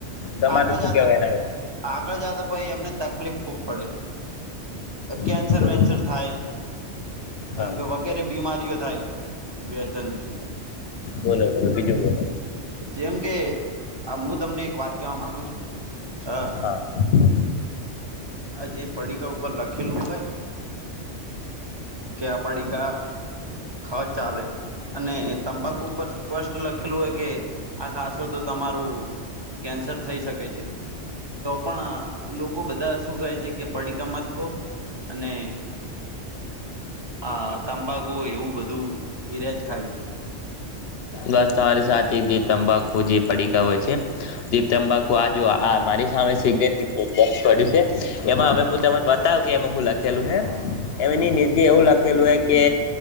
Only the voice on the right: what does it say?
આગળ
જાતા
આગળ જતા પહિ એમને તકલીફ ખુબ પડે. કેન્સર
વેન્સર થાય
કે વગેરે બીમારીઓ થાય વ્યસન કરે.
જેમ કે, હું તમને એક વાત કેવા માંગુ છું હ.
આ જે પડીકા ઉપર લખેલું હોઈ. કે પડીકા હ ચાલે. અને તંબાકુ ઉપર સ્પષ્ટ લખેલું હોય કે, આ ખાશો તો તમારું કેન્સર થઈ શકે છે, તો પણ લોકો બધા શું કહે છે કે, પડીકા મતખો અને હા, તંબાકુ એવું બધું એ રાજ ખાય છે.
હા